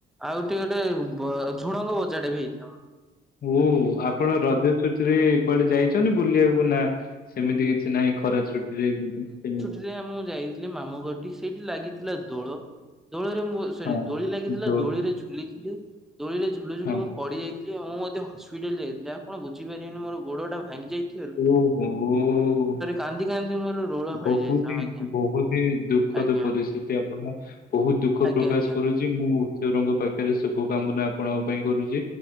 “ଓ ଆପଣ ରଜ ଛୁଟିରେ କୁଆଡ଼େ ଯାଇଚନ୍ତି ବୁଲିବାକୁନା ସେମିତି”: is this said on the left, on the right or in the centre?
Left